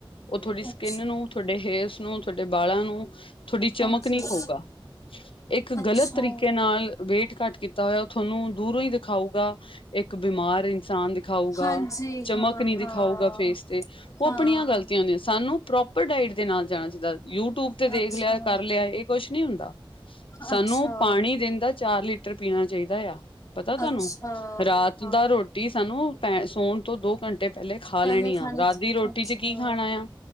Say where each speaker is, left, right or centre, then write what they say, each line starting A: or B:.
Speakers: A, on the left (about 75°); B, on the left (about 35°).
A: ਉਹ ਤੁਹਾਡੀ ਸਕਿੰਨ
B: ਅੱਛਾ
A: ਨੂੰ ਤੁਹਾਡੇ ਹੇਅਰਸ ਨੂੰ ਤੁਹਾਡੇ ਬਾਲਾਂ ਨੂੰ ਤੁਹਾਡੀ ਚਮਕ
B: ਹਾਂਜੀ
A: ਨਹੀਂ ਖਾਊਗਾ ਇੱਕ
B: ਅੱਛਾ
A: ਗਲਤ ਤਰੀਕੇ ਨਾਲ ਵੇਟ ਘੱਟ ਕੀਤਾ ਹੋਇਆ ਉਹ ਤੁਹਾਨੂੰ ਦੂਰੋਂ ਹੀ ਦਿਖਾਊ ਇੱਕ ਬਿਮਾਰ ਇਨਸਾਨ ਦਿਖਾਊਗਾ
B: ਹਾਂਜੀ
A: ਚਮਕ
B: ਹਾਂ
A: ਨੀ ਦਿਖਾਊਗਾ
B: ਹਾਂ
A: ਫੇਸ ਤੇ ਉਹ
B: ਹਾਂ
A: ਆਪਣੀਆਂ ਗ਼ਲਤੀਆਂ ਹੁੰਦੀਆਂ ਸਾਨੂੰ ਪ੍ਰੋਪਰ ਡਾਇਟ ਦੇ ਨਾਲ ਜਾਣਾ ਚਾਹੀਦਾ ਯੂਟਿਊਬ ਤੇ
B: ਅੱਛਾ
A: ਦੇਖ ਲਿਆ ਕਰ ਲਿਆ ਇਹ ਕੁਛ ਨੀ ਹੁੰਦਾ ਸਾਨੂੰ
B: ਅੱਛਾ
A: ਪਾਣੀ ਦਿੰਦਾ ਚਾਰ ਲੀਟਰ ਤਰ ਪੀਣਾ ਚਾਹੀਦਾ ਪਤਾ ਤੁਹਾਨੂੰ
B: ਅੱਛਾ
A: ਰਾਤ
B: ਹਾਂ
A: ਦਾ ਰੋਟੀ ਸਾਨੂੰ ਪੈ ਸੋਣ ਤੋਂ ਦੋ ਘੰਟੇ ਪਹਿਲੇ ਖਾ
B: ਪਹਿਲੇ
A: ਲੈਣੀ ਆ
B: ਖਾਣੇ
A: ਰਾਤ
B: ਚ
A: ਦੀ ਰੋਟੀ
B: ਅੱਛਾ
A: ਚ ਕੀ ਖਾਣਾ ਆ